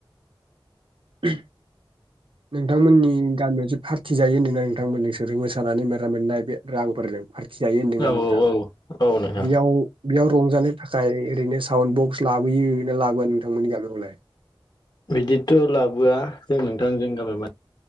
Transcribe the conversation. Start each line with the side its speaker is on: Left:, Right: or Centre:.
Right: ओम नोंथांमोननि गामियाव जे पार्टि जायो होनदों ना नोंथांमोन नोंसोरजों मोसानानै मोननाय बे रांफोरजों पार जायो होनदों
Left: औ
Right: ना
Left: औ
Right: नोंथां
Left: औ औ नोंथां
Right: बेयाव बेयाव रंजानो थाखाय, ओरैनो साउन्ड बक्स लाबोयो ना लाबोआ नोंथांमोननि गामिआवलाय?
Left: बिदिथ' लाबोआ जों नोंथांजों गामि